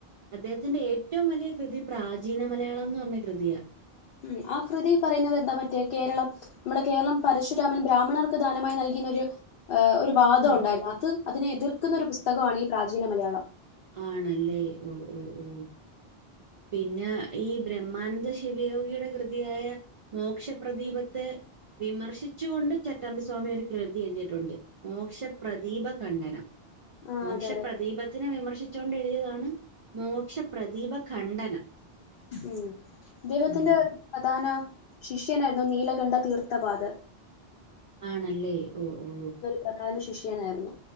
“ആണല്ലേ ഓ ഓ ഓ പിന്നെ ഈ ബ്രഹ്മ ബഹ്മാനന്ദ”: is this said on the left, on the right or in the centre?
Right